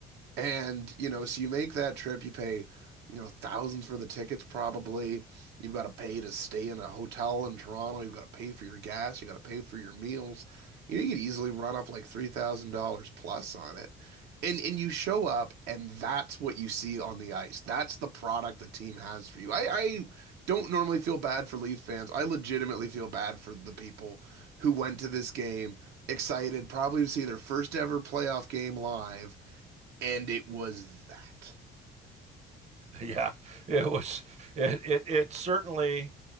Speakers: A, on the right (about 85°); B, on the right (about 40°).
A: And, you know, so you make that trip, you pay, you know, thousands for the tickets probably. You've got to pay to stay in a hotel in Toronto. You've got to pay for your gas. You got to pay for your meals. You know, you could easily run up like $3,000 plus on it. And and you show up and that's what you see on the ice. That's the product the team has for you. I, I don't normally feel bad for Leaf fans. I legitimately feel bad for the people who went to this game excited, probably to see their first ever playoff game live and it was that.
B: Yeah, it was it it it certainly